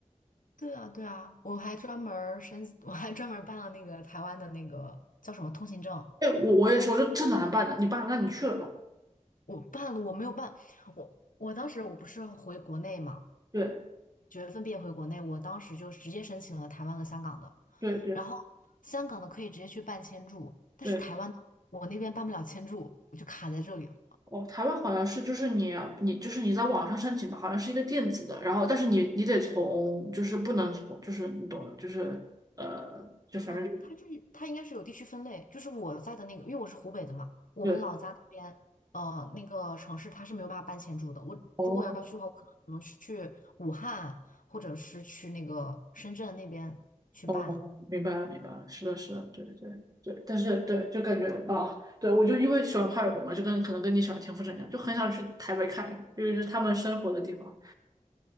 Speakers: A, on the left; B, on the right.
A: 对啊对啊，我还专门儿申，<laughs> 我还专门儿办了那个台湾的那个叫什么通行证，
B: 哎，我我也说，就这哪能办呢？你办，那你去了吧？
A: 我办了，我没有办，我我当时我不是回国内嘛。
B: 对
A: 九月份毕业回国内，我当时就直接申请了台湾和香港的，
B: 对对
A: 然后香港的可以直接去办签注，但是台湾的我那边办不了签注，
B: 对。
A: 我就卡在这里了。
B: 哦，台湾好像是就是你你就是你在网上申请吧，好像是一个电子的，然后但是你你得从就是不能从就是你懂的，就是呃就反正就
A: 嗯，它这它应该是有地区分类，就是我在的那个，因为我是湖北的嘛，我们老家那边，
B: 对
A: 呃，那个城市它是没有办法办签注的。我如果要去的话，
B: 哦
A: 我可能只能去武汉，或者是去那个深圳那边去办。
B: 哦，明白了明白了，是的是的，对对对，但是对就感觉啊，对我就因为喜欢潘玮滨嘛，就跟可能跟你喜欢田馥甄一样，就很想去台北看一看，因为是他们生活的地方。